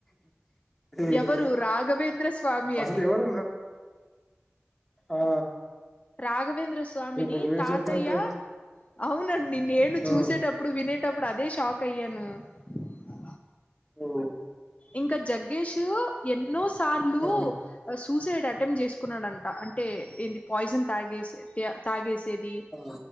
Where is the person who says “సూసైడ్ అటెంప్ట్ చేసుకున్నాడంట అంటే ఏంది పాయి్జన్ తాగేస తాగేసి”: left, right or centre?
Left